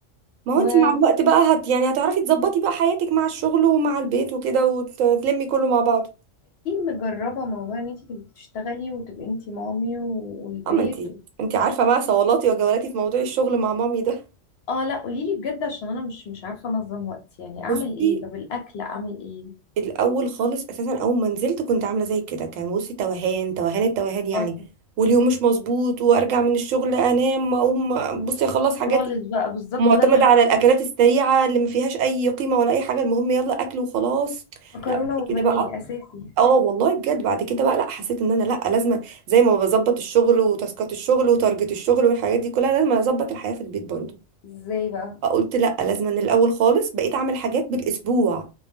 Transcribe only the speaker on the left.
واكيد
مجربه موضوع ان انت تبقي بتشتغلي وتبقي انت مامي والبيت
و...
اه لا قولي لي بجد عشان انا مش مش عارفه انظم وقتي يعني اعمل
ايه طب الاكل اعمل ايه
اه
خالص بقى بالظبط
ده اللي حصل
مكرونه
وبانيه
اساسي
ازاي بقى